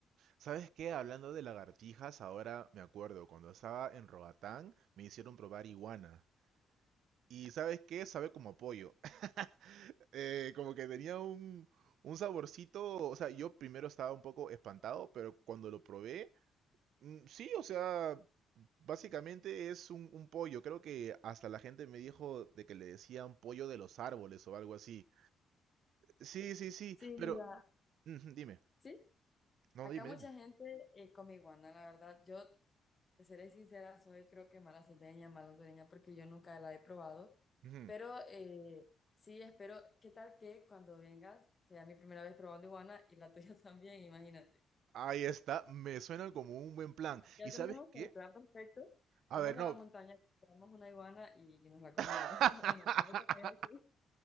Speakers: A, on the right; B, on the left.
A: ¿Sabes qué? Hablando de lagartijas, ahora me acuerdo, cuando estaba en Roatán me hicieron probar iguana. Y ¿sabes qué? Sabe como a pollo. <laughs> Eh, como que tenía un, un saborcito, o sea, yo primero estaba un poco espantado, pero cuando lo probé, mm, sí, o sea, básicamente es un, un pollo. Creo que hasta la gente me dijo de que le decían pollo de los árboles o algo así. Sí, sí, sí,
B: Sí,
A: pero...
B: mira,
A: Ujú, dime,
B: sí.
A: no,
B: Acá
A: dime,
B: mucha
A: dime.
B: gente eh, come iguana, la verdad. Yo Te seré sincera, soy creo que mala salteña, porque yo nunca la he probado.
A: Ujú.
B: Pero eh, sí, espero, ¿qué tal que cuando vengas sea mi primera vez probando iguana y la tuya <laughs> también? Imagínate.
A: Ahí está, me suena como un buen plan.
B: Ya
A: ¿Y sabes
B: tenemos
A: qué?
B: el plan perfecto.
A: A
B: Vamos
A: ver, no.
B: a la montaña, compramos una iguana y nos la comemos.
A: <laughs>
B: <laughs> Bueno, tampoco te voy a decir,